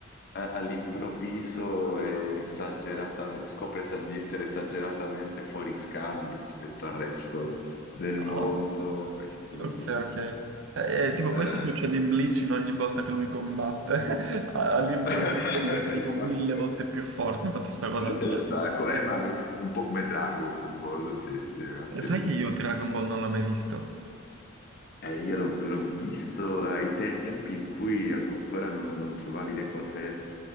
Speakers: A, on the left; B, on the right.
A: a- all'improvviso è esageratame- scopre sa- di essere esageratamente fuori scala rispetto al resto del
B: Ah,
A: mondo, quindi...
B: ok, ok. Eh, eh, tipo,
A: eh,
B: questo succede in Bleach in ogni volta che lui combatte. <laughs> A- All'improvviso
A: <laughs>
B: diventa tipo
A: Esatto.
B: mille volte più forte. Infatti sta cosa cioè,
A: Esatto,
B: è assurda.
A: eh, ma è un po' come Dragon Ball, sì, sì, anche
B: E sai
A: lì.
B: che io Dragon Ball non l'ho mai visto?
A: Eh, io l'ho l'ho visto ai tempi in cui ancora non, non trovavi le cose